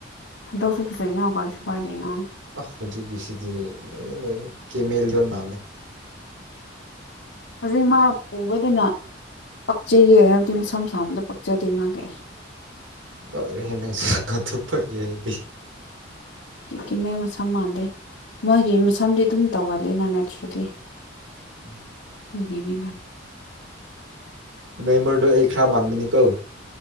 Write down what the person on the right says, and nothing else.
ꯑ ꯍꯧꯖꯤꯛꯀꯤꯁꯤꯗꯤ ꯂꯣꯏꯔ ꯂꯣꯏꯔꯦ ꯀꯦꯃꯦꯂꯤ ꯌꯣꯟ ꯃꯥꯜꯂꯦ
ꯂꯣꯏꯔꯦ ꯍꯦ ꯅꯪꯁꯨ ꯊꯨꯞꯄꯒꯤꯗꯤ
ꯎꯝ
ꯅ ꯃꯔꯔꯗꯣ ꯑꯩ ꯈꯔ ꯃꯥꯟꯕꯃꯅꯤ ꯀꯧ